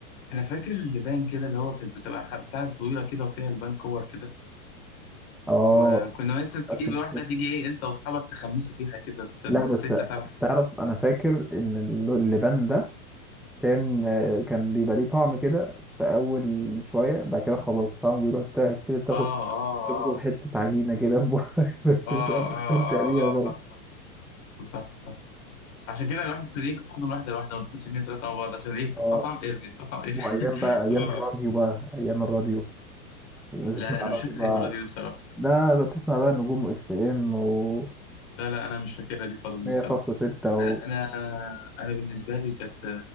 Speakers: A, on the left; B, in the centre.
A: انا فاكر اللبان كده اللي هو كانت بتبقى ح- بتاعه طويله كده وفيها البان كور كده
B: اه
A: وكنا مثلا تجيب
B: أكيد.
A: واحده تيجي ايه انت واصحابك تخمسوا فيها كده ست-
B: لا بس
A: سته سبعه كده
B: تعرف انا فاكر ان اللو- اللبان ده كان آه، كان بيبقى ليه طعم كده في اول شويه بعد كده خلاص طعمه بيروح بتاع تاخد
A: اه اه
B: تاخده
A: آه.
B: حته عجينه كده في بقك <laughs> بس
A: اه
B: بتبقى مستمتع
A: اه
B: بيها
A: اه
B: برضه
A: اه صح صح صح صح صح عشان كده الواحد كل يوم كنت تاخدهم واحده لواحده ما تاخدش اتنين تلاته مع بعض عشان ايه تستطعم
B: اه
A: ارمي استطعم ارمي
B: وايام بقى
A: <laughs>
B: ايام الراديو
A: اه
B: بقى ايام الراديو بتسمع
A: لا لا انا
B: راديو
A: مش فاكر
B: بقى
A: ايه المره دي بصراحه
B: لا لا بتسمع بقى نجوم اف ام و
A: لا لا انا مش فاكرها دي خالص
B: 100.6
A: بصراحه
B: و
A: انا انا انا بالنسبه لي كانت